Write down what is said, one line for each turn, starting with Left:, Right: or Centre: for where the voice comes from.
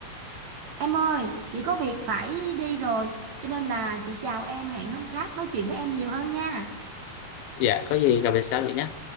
Right: em ơi chị có việc phải đi rồi cho nên là chị chào em hẹn hôm khác nói chuyện với em nhiều hơn nha
Left: Dạ, có gì gặp lại sau vậy nhé